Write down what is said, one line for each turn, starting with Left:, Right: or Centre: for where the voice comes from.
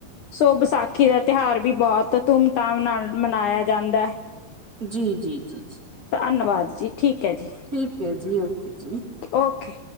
Left: ਸੋ ਵਿਸਾਖ ਖੀ ਦਾ ਤਿਉਹਾਰ ਵੀ ਬਹੁਤ ਧੂਮ-ਧਾਮ ਨਾਲ ਮਨਾਇਆ ਜਾਂਦਾ ਹੈ।
Right: ਜੀ-ਜੀ, ਜੀ-ਜੀ।
Left: ਧੰਨਵਾਦ ਜੀ ਠੀਕ ਹੈ ਜੀ,
Right: ਠੀਕ ਹੈ ਜੀ ਓਕੇ ਜੀ
Left: ਓਕੇ।